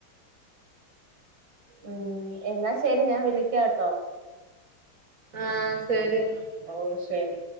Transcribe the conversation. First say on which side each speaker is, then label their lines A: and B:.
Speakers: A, on the right (about 70°); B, on the right (about 40°).
A: ഉം എന്നാ ശരി ഞാൻ വിളിക്കാട്ടോ
B: ആഹ് ശരി എന്നാ
A: ഓ ശരി